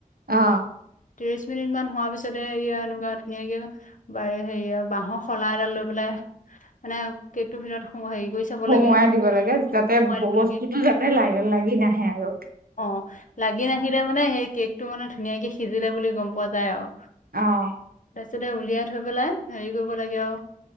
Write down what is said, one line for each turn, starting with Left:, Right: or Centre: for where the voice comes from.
Right: অ।
Left: ত্ৰিশ মিনিট মান হোৱাৰ পিছতে এয়া এনেকুৱা ধুনীয়াকে বাৰে হেৰিয়ে বাঁহৰ শলা এডাল লৈ পেলাই মানে কেকটোৰ ভিতৰত সুমুৱাই হেৰি কৰি চাব
Right: সোমোৱাই
Left: লাগে
Right: দিব লাগে যাতে
Left: সোমোৱাই দিব
Right: বস্তুটো
Left: লাগে
Right: যাতে লা-লাগি-লাগি নাহে আৰু
Left: অ', লাগি নাহিলে মানে কেকটো মানে ধুনীয়াকে সিজিলে বুলি গম পোৱা যায় আৰু।
Right: অ'।
Left: তাৰপিছতে উলিয়াই থৈ পেলাই হেৰি কৰিব লাগে আৰু